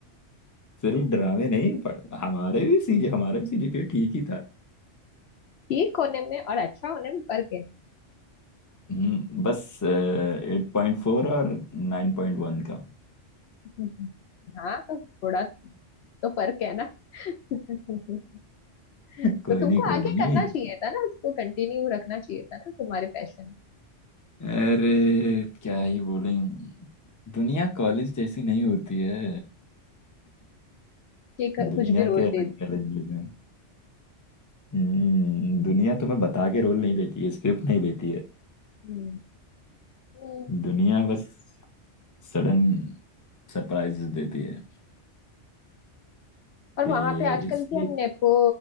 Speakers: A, on the left; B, on the left.
A: सिर्फ ड्रामे नहीं पढ़ हमारे भी सीजे हमारे भी सीजीपीए ठीक ही था
B: ठीक होने में और अच्छा होने में फर्क है
A: हम्म, बस एट पॉइंट फोर और नाइन पॉइंट वन का
B: <laughs> हाँ तो थोड़ा तो फर्क है ना <laughs> तो
A: कोई
B: तुमको
A: नहीं कोई
B: आगे
A: नहीं
B: करना चाहिए था ना उसको कंटिन्यू रखना चाहिए था ना तुम्हारे पैशन
A: अरे क्या ही बोलें दुनिया कॉलेज जैसी नहीं होती है
B: कि क- कुछ
A: दुनिया
B: भी रोल
A: के अलग
B: दे दे
A: चैलेंजेस हैं हम्म दुनिया तुम्हें बता के रोल नहीं देती है स्क्रिप्ट नहीं देती है
B: हम्म हम्म।
A: दुनिया बस सडन सरप्राइजेस देती है
B: और
A: कि
B: वहां
A: ये
B: पे आजकल
A: इस
B: क्या नेपो